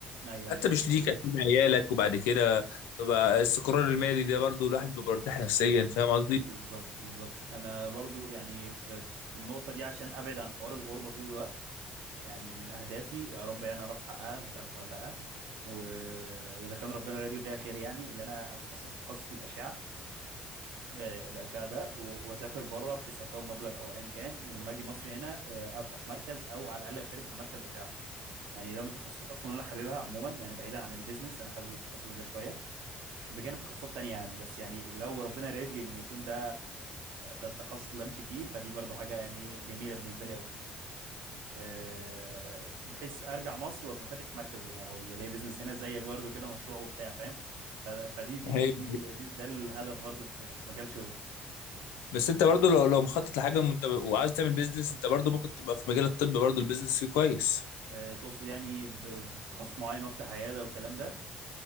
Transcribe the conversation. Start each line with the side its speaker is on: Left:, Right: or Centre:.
Right: ايوه
Left: حتى
Right: ايوه
Left: مش
Right: بالظبط
Left: ليك اكيد عيالك وبعد كده تبقى السكران المالي ده برضو الواحد بيبقى
Right: بز-
Left: مرتاح نفسيا فاهم قصدي
Right: بالظبط بالظبط انا برضو يعني في في النقطه دي عشان ابعد عن حوار الغربه طول الوقت يعني من اهدافي يا رب يعني اعرف احققها مش عارف ولا لا واذا كان ربنا رايد لي فيها خير يعني اللي انا اتخصص تخصص الاشعه آه، الاشعه ده و- واسافر بره بحيث اكون مبلغ او ايا كان واما اجي مصر هنا آه، افتح مركز او على الاقل اشارك في مركز اشعه يعني ده من التخصص اصلا اللي انا حاببها عموما يعني بعيدا عن البيزنس انا حابب التخصص ده شويه بجانب تخصصات تانية يعني بس يعني لو ربنا رايد لي ان يكون ده ده التخصص اللي امشي فيه فدي برضو حاجه يعني ايه جميله بالنسبه لي قوي أه بحيث ارجع مصر وابقى فاتح مركز هنا او يبقى ليا بزنس هنا زيك برضو كده مشروع وبتاع فاهم ف- فدي دي,
Left: ايوه
Right: ال- دي, ال- دي ده الهدف برضو في في مجال شغلي
Left: بس انت برضو لو لو مخطط لحاجه وانت وعايز تعمل بيزنس انت برضو ممكن تبقى في مجال الطب برضو البيزنس فيه كويس
Right: أه تقصد يعني ب- بتخصص معين وافتح عياده والكلام ده